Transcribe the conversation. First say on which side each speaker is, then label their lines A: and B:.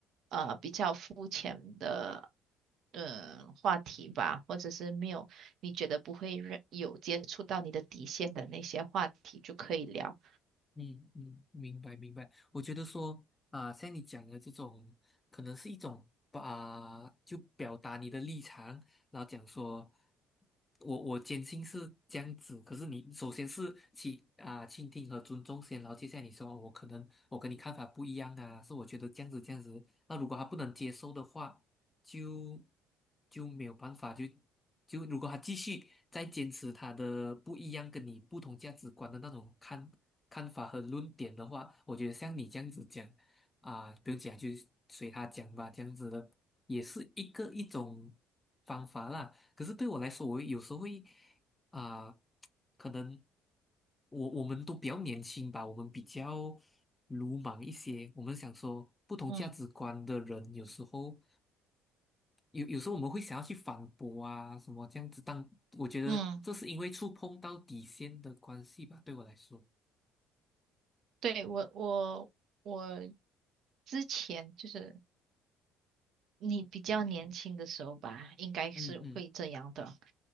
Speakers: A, on the right; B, on the left.
A: 呃比较肤浅的呃话题吧，或者是没有你觉得不会让有接触到你的底线的那些话题就可以聊。
B: 嗯嗯，明白明白。我觉得说啊、像你讲的这种，可能是一种啊、就表达你的立场，然后讲说，我我坚信是这样子。可是你首先是倾啊、倾听和尊重先，然后接下来你说哦我可能我跟你看法不一样啊，是我觉得这样子这样子。那如果他不能接受的话，就就没有办法，就就如果他继续再坚持他的不一样跟你不同价值观的那种看看法和论点的话，我觉得像你这样子讲啊，不用讲，就随他讲吧，这样子的也是一个一种方法啦。可是对我来说，我有时候会啊、可能我我们都比较年轻吧，我们比较鲁莽一些，我们想说不同价值观的人有时候。
A: 嗯
B: 有有时候我们会想要去反驳啊，什么这样子但我觉得这是因为触碰到底线的关系吧，
A: 嗯，
B: 对我来说，
A: 对，我我我之前就是你比较年轻的时候吧，应该是会这样的。
B: 嗯嗯